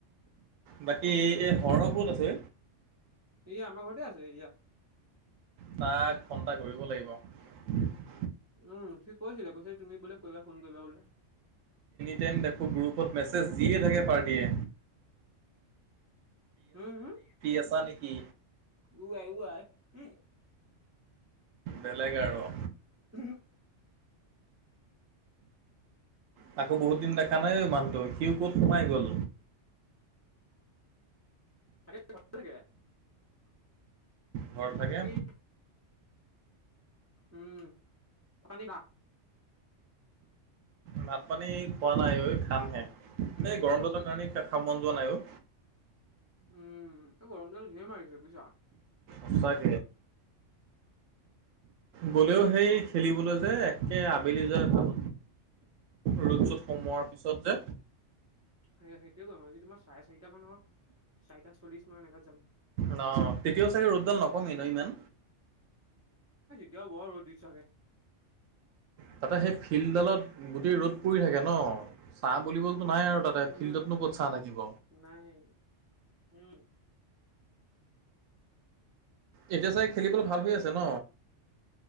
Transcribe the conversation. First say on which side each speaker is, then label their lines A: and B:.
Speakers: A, on the right; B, on the right.
A: বাকী এই হৰ ক'ত আছে?
B: ই আমাৰ ঘৰতে আছে এইয়া।
A: তাক ফোন এটা কৰিব লাগিব।
B: উম সি কৈছিলে, কৈছে তুমি বোলে কৈবা ফোন কৰিবা বোলে।
A: টেন ডেফো গ্ৰুপত মেছেজ দিয়ে থাকে পাৰ্টীয়ে।
B: হুম হম?
A: আছা নেকি
B: উআই উআই উম।
A: বেলেগ আৰু
B: উম।
A: তাকো বহুত দিন দেখা নাই মানুহটোক, সিও ক'ত সোমাই গল।
B: <unintelligible>
A: ঘৰত
B: বাকী
A: থাকে
B: উম পানিক
A: ভাত পানী খোৱা নাই খামহে এই
B: হেল্ল'।
A: গৰম দালৰ কাৰণে দেখা মন যোৱা নাইো
B: উম এই গৰম জাল ধে মাৰিছে বুইছা
A: আছাাক গলেও সেই খেলিবলৈ যে একে আবেলি যায় ভাল ৰ'ড শ্ব'ত সোমোৱাৰ পিছত যে
B: এই সেইটোয়েম আৰু আজি তোমাৰ চাৰে চাৰিটা মানৰ চাৰিটা চল্লিশ মান এগাত যাম
A: ন তেতিয়াও চাগে ৰ'দডাল নকমেই ন ইমান
B: এতিয়াও বৰ বৰু দি থাগে
A: তাতে সেই ফিল্ডালত গোটেই ৰ'দ পৰি থাকে ন চাহ বুলিব নাই আৰু তাতে
B: উম,
A: ফিল্ডতনো ক'ত চাহ থাকিব
B: নাই উম,
A: এতিয়া চাগ খেলিবলৈ ভাল হৈ আছে ন